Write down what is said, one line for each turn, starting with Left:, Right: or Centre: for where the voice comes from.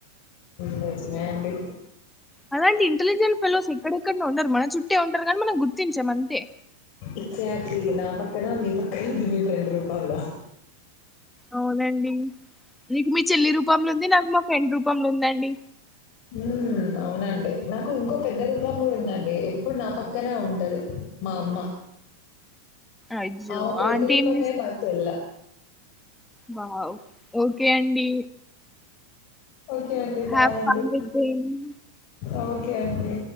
Left: నిజమే అండి
Centre: అలాంటి ఇంటెలిజెంట్ ఫేల్సో అక్కడెక్కడ ఉండరు మన చుట్టే ఉంటారు కాగానీ మనం గుర్తించాం అంతే
Left: ఎక్సాక్ట్లీ నా పక్కన మీ పక్కన ఉంది మీ ఫ్రెండ్ రూపములా
Centre: అవునండి నీకు మీ చెల్లి రూపంలో ఉంది నాకు మా ఫ్రెండ్ రూపంలో ఉందండి
Left: ఉమ్మ్ అవునండి నాకు ఇంకో పెద్ద రూపంలో కూడా ఉందండి. ఎప్పుడు నా పక్కనే ఉంటది మా అమ్మ.
Centre: అయ్యో!
Left: ఆమ్ ప్రతిరూపమే
Centre: ఆంటీ ఏం చేస్తది?
Left: మా చెల్లా
Centre: వావ్ ఓకే అండి
Left: ఓకే అండి
Centre: హావ్
Left: బాయ్ అండి
Centre: ఫన్ విత్ దెమ్.
Left: ఓ కేండి